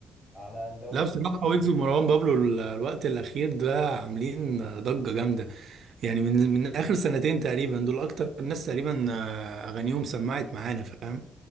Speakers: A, on the left; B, on the right.
A: على اللي هو
B: لا بصراحة ويجز ومروان بابلو ال- الوقت الأخير ده عاملين ضجة جامدة يعني من من آخر سنتين تقريبا دول أكتر الناس تقريبا آه، أغانيهم سمعت معانا فاهم؟